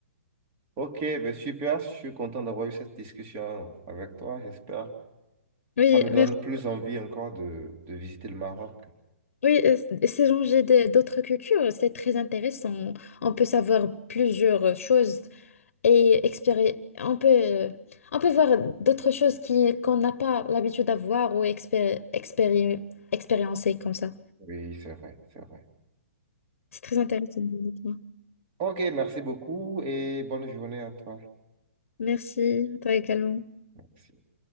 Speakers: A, on the right; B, on the left.
A: Ok, ben super, je suis content d'avoir eu cette discussion avec toi, j'espère.
B: Oui,
A: Ça me donne
B: merci.
A: plus envie encore de, de visiter le Maroc.
B: Oui, euh, c- c'est changer de- d'autres cultures, c'est très intéressant. On peut savoir plusieurs choses et expéri- On peut, euh, on peut voir d'autres choses qui qu'on n'a pas l'habitude d'avoir ou expé- expéri- expériencer comme ça.
A: Oui, c'est vrai, c'est vrai.
B: C'est très intéressant, honnêtement.
A: Ok, merci beaucoup et bonne journée à toi.
B: Merci, à toi également.
A: Merci.